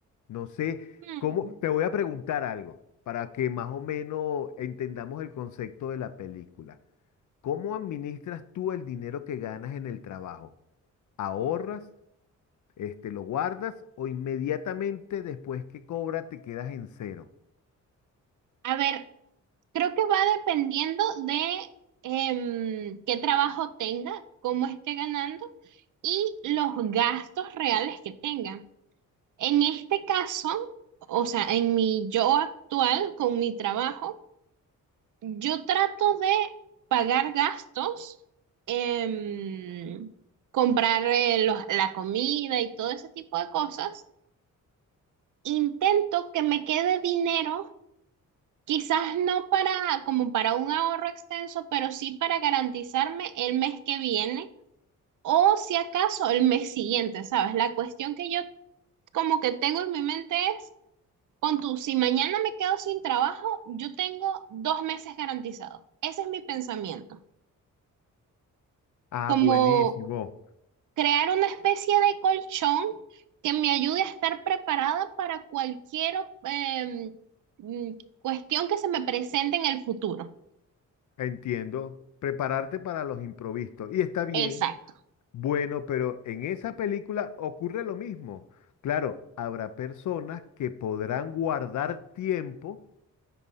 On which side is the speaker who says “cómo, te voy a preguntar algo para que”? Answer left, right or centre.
Left